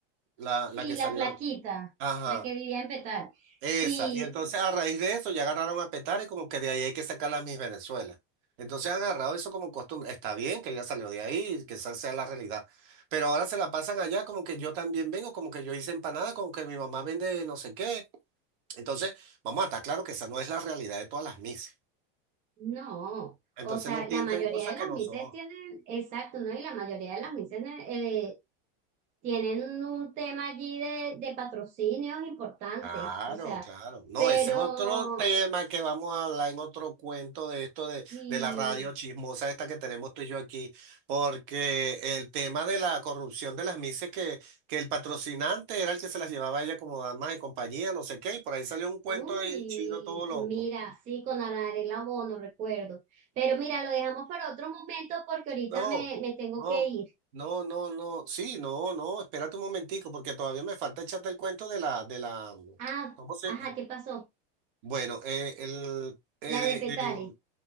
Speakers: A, on the right; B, on the right.
A: La,
B: sí,
A: la que salió.
B: la flaquita,
A: Ajá.
B: la que vivía en Petal.
A: Esa,
B: Sí,
A: y entonces a raíz de eso ya agarraron a petar y como que de ahí hay que sacar las mis Venezuela. Entonces han agarrado eso como costumbre. Está bien que ella salió de ahí, y que esa sea la realidad. Pero ahora se la pasan allá como que yo también vengo, como que yo hice empanada, como que mi mamá vende no sé qué. Entonces, vamos a estar claro que esa no es la realidad de todas las mises.
B: no.
A: Entonces
B: O sea,
A: no pinten
B: la mayoría
A: cosas
B: de las
A: que no
B: mises
A: son.
B: tienen, exacto, ¿no? Y la mayoría de las mises eh, tienen un tema allí de, de patrocinios importantes.
A: Claro,
B: O sea,
A: claro. No,
B: pero,
A: ese es otro tema que vamos a hablar en otro cuento de esto de,
B: y,
A: de la radio chismosa esta que tenemos tú y yo aquí, porque el tema de la corrupción de las mises que, que el patrocinante era el que se las llevaba a ella como damas de compañía, no sé qué, y por ahí salió un cuento
B: uy,
A: ahí chino todo loco.
B: mira, sí, con Arela Bono, recuerdo. Pero mira, lo dejamos para otro momento porque ahorita
A: No,
B: me, me tengo
A: no,
B: que ir.
A: no, no, no, sí, no, no, espérate un momentico, porque todavía me falta echarte el cuento de la, de la,
B: Ah,
A: ¿cómo se?
B: ajá, ¿qué pasó?
A: Bueno, eh, el... eh,
B: La de Petare.
A: eh,